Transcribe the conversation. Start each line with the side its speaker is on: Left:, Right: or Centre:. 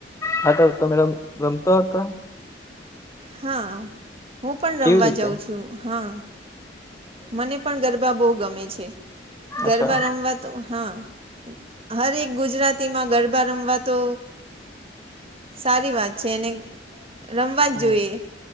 Left: હા તો તમે રમ રમતા હતા?
Right: હા હું પણ
Left: કેવી
Right: રમવા
Left: રીતે
Right: જઉં છું. હા મને પણ ગરબ બા બહુ ગમે છે. ગરબા
Left: અચ્છા
Right: રમવા તો હા. હરેક ગુજરાતીમાં ગરબા રમવા તો સારી વાત છે. અને રમવા
Left: હમ
Right: જ જોઈએ.